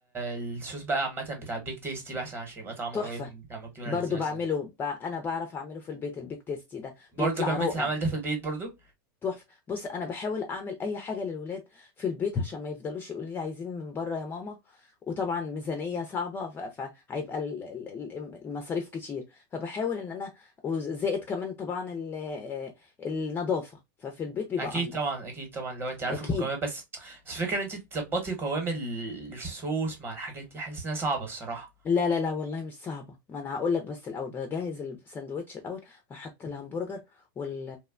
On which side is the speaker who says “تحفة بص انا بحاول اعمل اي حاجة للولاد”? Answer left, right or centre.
Left